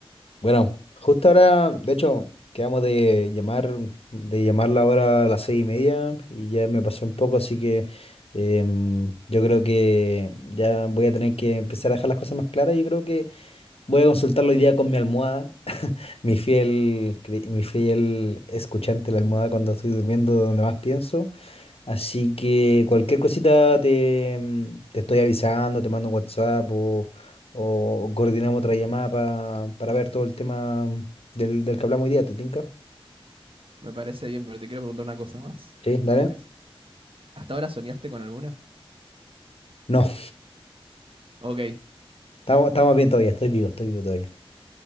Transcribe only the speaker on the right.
Me parece bien, pero te quiero preguntar una cosa más.
Antes. ¿Hasta ahora soñaste con alguna?
Ok.